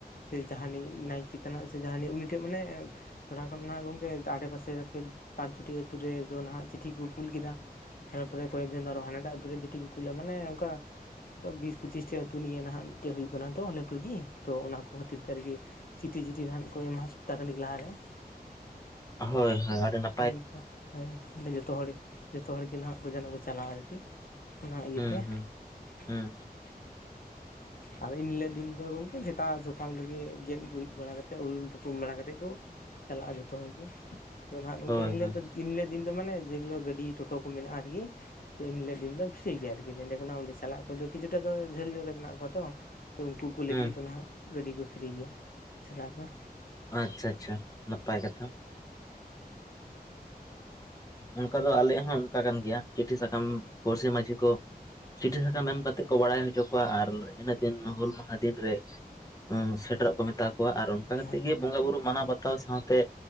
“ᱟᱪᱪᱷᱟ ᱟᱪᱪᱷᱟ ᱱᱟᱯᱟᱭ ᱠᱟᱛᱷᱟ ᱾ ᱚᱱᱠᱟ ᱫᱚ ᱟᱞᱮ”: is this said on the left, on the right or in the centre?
Left